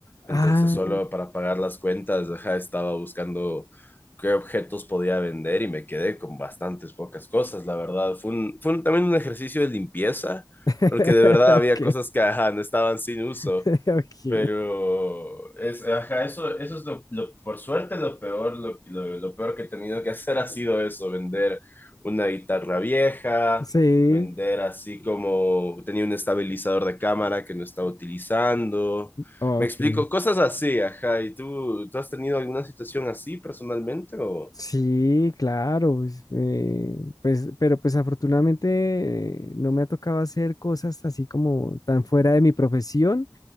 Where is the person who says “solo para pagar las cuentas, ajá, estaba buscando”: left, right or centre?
Left